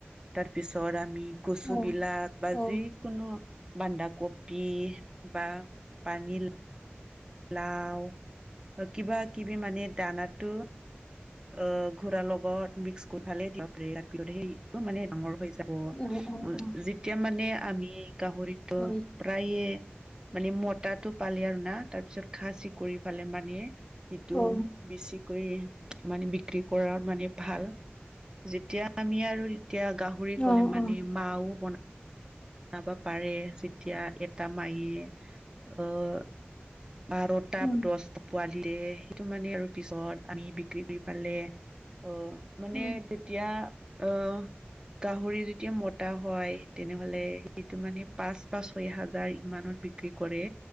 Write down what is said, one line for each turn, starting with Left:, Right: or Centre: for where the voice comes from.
Right: তাৰ পিছত আমি কচুবিলাক
Left: অ
Right: বা
Left: অ অ
Right: যি কোনো বান্ধা কবি বা পানী লাও কিবা কিবি মানে দানাতো অ', ঘোৰাৰ লগত মিক্স <unintelligible> তাৰ পিছত সেইটো মানে ডাঙৰ হৈ যায়।
Left: অ' অ'
Right: যেতিয়া মানে আমি গাহৰিতো
Left: হয়
Right: প্ৰায়ে মানে মতাটো পালে আৰু না তাৰ পিছত খাচি কৰি পালে মানে এইটো
Left: অ
Right: বেছি কৰি মানে বিক্ৰী কৰাৰ মানে ভাল যেতিয়া আমি আৰু এতিয়া গাহৰি
Left: অ
Right: ক'লে মানে
Left: অ
Right: মাও বন বনাব পাৰে যেতিয়া এটা মায়ে অ' বাৰটা
Left: উম
Right: দহটা পোৱালি দিয়ে সেইটো মানে আৰু পিছত আমি বিক্ৰী কৰি পালে অ' মানে
Left: উম
Right: যেতিয়া অ', গাহৰি যেতিয়া মতা হয়, তেনেহ'লে সেইটো মানে পাঁচ বা ছয় হাজাৰ ইমানত বিক্ৰী কৰে।